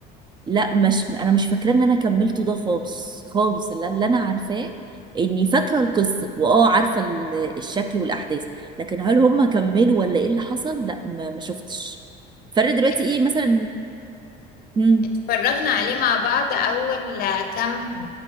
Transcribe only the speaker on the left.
بعض
اتفرجنا عليه مع بعض اول كام